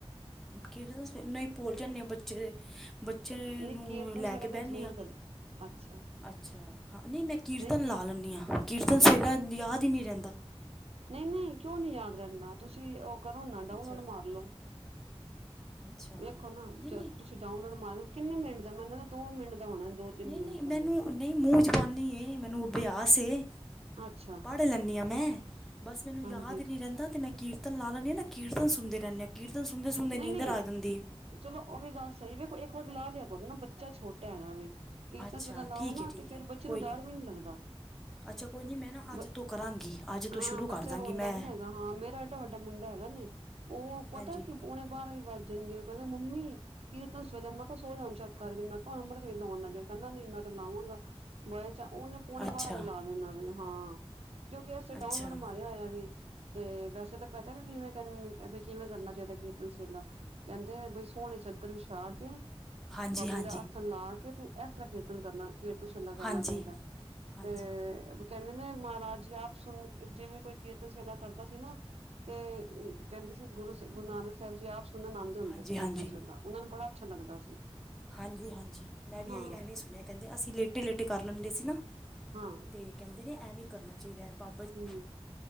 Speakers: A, in the centre; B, on the right.
A: ਕੀਰਤਨ ਸੋਹਿਲਾ ਨਹੀ ਪੋਲ ਜਾਂਨੇ ਆਂ ਬੱਚੇ ਤੇ ਬੱਚੇ
B: ਨਹੀਂ
A: ਨੂੰ
B: ਕੀਰਤਨ
A: ਲੈ
B: ਸਵੇਲਾ
A: ਕੇ ਬੈਨੇ
B: ਤਾਂ ਜ਼ਰੂਰ
A: ਆਂ।
B: ਕਰੇ। ਅੱਛਾ।
A: ਅੱਛਾ ਹਾਂ ਨਹੀ ਮੈਂ ਕੀਰਤਨ
B: ਨਹੀਂ ਕੀ
A: ਲਾ ਲੈਣੀ ਆ ਕੀਰਤਨ ਸੋਹਿਲਾ ਯਾਦ ਈ ਨੀ ਰੈਂਦਾ।
B: ਨਹੀ-ਨਹੀ ਕਿਉਂ ਨੀ ਯਾਦ ਰੈਂਦਾ ਤੁਸੀਂ ਓ ਕਰੋ ਨਾ ਡਾਊਨਲੋਡ
A: ਅੱਛਾ
B: ਮਾਰ ਲੋੋ
A: ਅੱਛਾ
B: ਵੇਖੋ ਨਾ
A: ਨਹੀਂ
B: ਜ
A: ਨਹੀਂ
B: ਤੁਸੀਂ ਡਾਊਨਲੋਡ ਮਾਰ ਲੋ, ਕਿੰਨੇ ਮਿੰਟ ਦਾ ਮੈਂਨ ਲਗਦਾ ਦੋ ਮਿੰਟ ਦਾ ਹੋਣਾ ਦੋ ਤਿੰਨ
A: ਨਹੀ-ਨਹੀ
B: ਮਿੰਟ
A: ਮੈਨੂੰ
B: ਦਾ ਹੋਣਾ।
A: ਨਈ ਮੂੰਹ ਜਬਾਨੀ ਏ ਮੈਨੂੰ ਅਭਿਆਸ ਏ।
B: ਅੱਛਾ
A: ਪੜ੍ਹ ਲੈਂਨੀ ਆ ਮੈਂ ਬਸ ਮੈਨੂੰ
B: ਹਾਂਜੀ
A: ਯਾਦ ਨੀ ਰੈਂਦਾ ਤੇ ਮੈਂ ਕੀਰ ਕੀਰਤਨ ਲਾ ਲੈਂਨੀ ਆਂ ਨਾ ਕੀਰਤਨ ਸੁਣਦੇ ਰੈਦੇ ਆਂ ਕੀਰਤਨ ਸੁਣਦੇ-ਸੁਣਦੇ
B: ਨਹੀਂ
A: ਨੀਂਦਰ
B: ਨਹੀਂ
A: ਆ ਜਾਂਦੀ ਏ।
B: ਚਲੋ ਓ ਵੀ ਗੱਲ ਸਈ ਵੇਖੋ ਇੱਕ ਵਾਰ ਲਾਹ ਲਿਆ ਕਰੋ ਨਾ ਬੱਚਾ ਛੋਟਾ ਹੈਗਾ ਵੀ ਕੀਰਤਨ
A: ਅੱਛਾ
B: ਸੋਹਿਲਾ ਲਾਓ
A: ਠੀਕ
B: ਨਾ
A: ਹੈ ਠੀਕ
B: ਤੇ ਫੇਰ
A: ਹੈ
B: ਬੱਚੇ
A: ਕੋਈ
B: ਨੂੰ ਡਰ
A: ਨਹੀਂ
B: ਵੀ ਨੀ ਲੱਗਦਾ।
A: ਅੱਛਾ ਕੋਈ ਨੀ ਮੈਂ ਨਾ ਅੱਜ
B: ਬ
A: ਤੋਂ ਕਰਾਂਗੀ। ਅੱਜ ਤੋਂ
B: ਹਾਂ
A: ਸ਼ੁਰੂ
B: ਬੱਚਾ
A: ਕਰ ਦਾਂਗੀ
B: ਰੋਂਦਾ
A: ਮੈਂ
B: ਨੀ ਹੈਗਾ ਹਾਂ ਮੇਰਾ ਏਡਾ ਵੱਡਾ ਮੁੰਡਾ ਹੈਗਾ ਨੇ। ਓਹ ਪਤਾ
A: ਹਾਂਜੀ
B: ਕਿ ਪੋਣੇ ਬਾਰਾਂ ਈ ਵੱਜ ਜਾਣਗੇ ਓ ਕਹਿੰਦਾ ਮੰਮੀ, ਕੀਰਤਨ ਸੋਹੇਲਾ ਮੈਂ ਕਹਾ ਸੋ ਜਾ ਹੁਣ ਚੁਪ ਕਰਕੇ ਮੈਂ ਕਹਆ ਅੰਮ੍ਰਿਤ ਵੇਲਾ ਹੋਣ ਲੱਗਾ ਕੈਂਦਾ ਨਈ ਮੈਂ ਤਾਂ ਲਾਵਾਂਗਾ। <unintelligible> ਉਹਨੇ ਪੌਣੇ
A: ਅੱਛਾ
B: ਬਾਰਾ ਵੀ ਲਾ ਲਿਆ ਹਾਂ ਕਿਉਂਕਿ ਅਸੀਂ ਡਾਊਨਲੋਡ
A: ਅੱਛਾ
B: ਮਾਰ ਹੋਇਆ ਏ ਵੇ ਤੇ ਵੈਸੇ ਤਾਂ ਪਤਾ ਕਿਵੇਂ ਕਹ ਕਿਵੇਂ ਕਰਨਾ ਚਾਹੀਦਾ ਕੀਰਤਨ ਸੋਹਿਲਾ, ਕੈਂਦੇ ਐ ਬਈ ਸੋਣੀ ਚਦਰ ਵਿਛਾ ਕੇ
A: ਹਾਂਜੀ
B: ਬਾਬਾ
A: ਹਾਂਜੀ
B: ਜੀ ਦਾ <unintelligible> ਆਸਣ ਲਾ ਕੇ ਤੇ ਐਸ ਤਰ੍ਹਾਂ ਕੀਰਤਨ ਕਰਨਾ ਕੀਰਤਨ ਸੋਹਿਲਾ ਕਰਨਾ
A: ਹਾਂਜੀ
B: ਚਾਈਦਾ
A: ਹਾਂਜੀ
B: ਤੇ ਕੈਂਦੇ ਨੇ ਮਹਾਰਾਜ ਆਪ ਸੁਣ ਜਿਵੇਂ ਕੋਈ ਕੀਰਤਨ ਸੋਹਿਲਾ ਕਰਦਾ ਸੀ ਨਾ ਤੇ ਕੈਂਦੇ ਸੀ ਗੁਰੂ ਗੁਰੂ ਨਾਨਕ ਸਾਹਿਬ ਜੀ ਆਪ ਸੁਣਨ ਆਉਂਦੇ ਹੁੰਦੇ
A: ਹਾਂਜੀ
B: ਸੀ ਕੀਰਤਨ
A: ਹਾਂਜੀ
B: ਸਵੇਲਾ ਉਹਨਾਂ ਨੂੰ ਬੜਾ ਅੱਛਾ ਲੱਗਦਾ ਸੀ।
A: ਹਾਂਜੀ ਹਾਂਜੀ ਮੈਂ ਵੀ
B: ਹਾਂ
A: ਐਹੀ ਐਵੀ ਸੁਣਿਆ ਕੈਂਦੇ ਅਸੀਂ ਲੇਟੇ-ਲੇਟੇ ਕਰ ਲੈਂਦੇ ਸੀ ਨਾ।
B: ਹਾਂ।
A: ਤੇ ਕੈਂਦੇ ਨੇ ਐਵੇ ਈ ਕਰਨਾ ਚਾਈਦਾ ਬਾ
B: ਹੂੰ